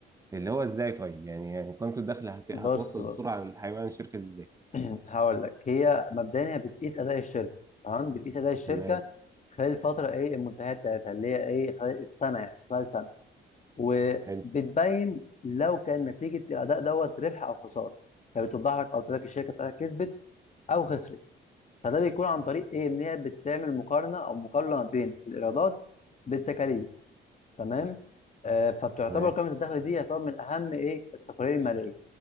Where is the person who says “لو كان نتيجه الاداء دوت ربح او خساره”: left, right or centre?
Left